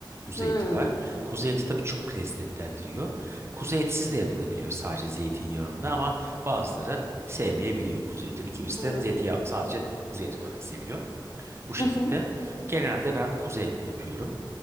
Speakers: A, on the right; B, on the left.
A: Kuzu
B: hı
A: eti
B: hı,
A: var. Kuzu eti tabii çok lezzetlendiriyor. Kuzu etsiz de yapılabiliyor sadece zeytinyağında ama bazıları sevmeyebiliyor kuzu etini. Kimisi
B: hı
A: de zeytinyağı
B: hı,
A: sadece kuzu eti olarak seviyor. Bu şekilde
B: hı hı,
A: genelde ben kuzu etli yapıyorum.